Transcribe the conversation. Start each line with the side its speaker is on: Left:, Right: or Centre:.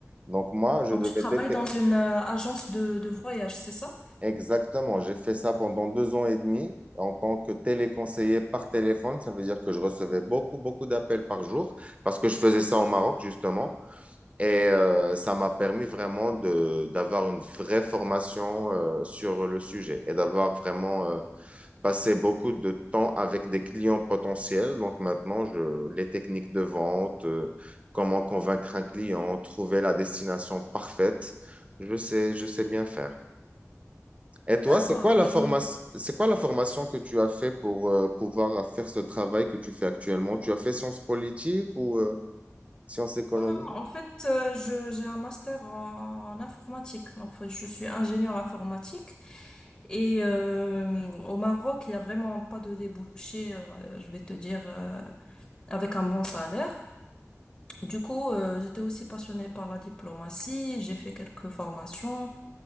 Right: Donc moi, je
Left: Donc,
Right: devais
Left: tu travailles
Right: détecter.
Left: dans une euh, agence de, de voyage, c'est ça?
Right: Exactement, j'ai fait ça pendant deux ans et demi en tant que téléconseiller par téléphone. Ça veut dire que je recevais beaucoup, beaucoup d'appels par jour parce que je faisais ça au Maroc, justement. Et euh, ça m'a permis vraiment de, d'avoir une vraie formation euh, sur le sujet et d'avoir vraiment euh, passé beaucoup de temps avec des clients potentiels. Donc maintenant, je, les techniques de vente, euh, comment convaincre un client, trouver la destination parfaite, je sais, je sais bien faire. Et toi,
Left: D'accord.
Right: c'est quoi la
Left: Et,
Right: formation, c'est quoi la formation que tu as fait pour euh, pouvoir faire ce travail que tu fais actuellement? Tu as fait sciences politiques ou euh, sciences économiques?
Left: Non, non, non. En fait, euh, je, j'ai un master en, en informatique. Enfin, je suis ingénieure informatique. Et euh, au Maroc, il n'y a vraiment pas de débouché, euh, je vais te dire, euh, avec un bon salaire. Du coup, euh, j'étais aussi passionnée par la diplomatie. J'ai fait quelques formations.